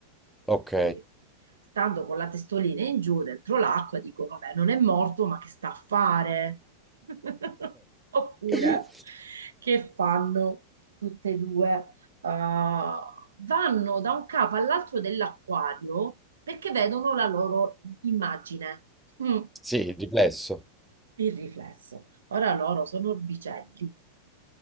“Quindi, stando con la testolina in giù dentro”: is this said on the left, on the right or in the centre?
Right